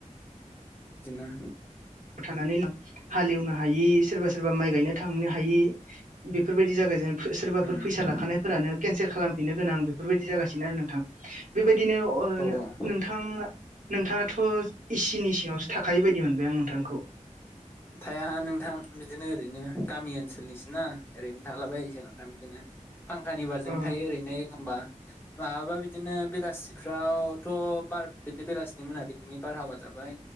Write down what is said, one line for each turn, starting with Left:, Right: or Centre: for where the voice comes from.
Left: बिदिनो।
Right: थानानै हालेवनो हायि सोरबा सोरबा माइ गायनो थांनो हायि बेफोरबायदि जागाय जेन सोरबाफोर
Left: उम
Right: फैसा लाखानायफोरानो केनसेल खालामफिननो गोनां बेफोरबायदि जागासिनो आरो नोंथां बेबायदिनो।
Left: औ औ
Right: नोंथा नोंथाङाथ' एसिनि सिङावसो थाखै बायदि मोनबाय आं नोंथांखौ।
Left: थाया नोंथां बिदिनो बिदिनो ओरैनो गामि ओनसोलनिसोना ओरैनो थालाबाय नों दा बिदिनो फांखानि बारजों
Right: अ
Left: थायो ओरैनो एखमबा माबाबा बिदिनो बेलासिफ्रावथ' बार बिदिनो बेलासिनि मोना बिदिनि बारहावा जाबाय।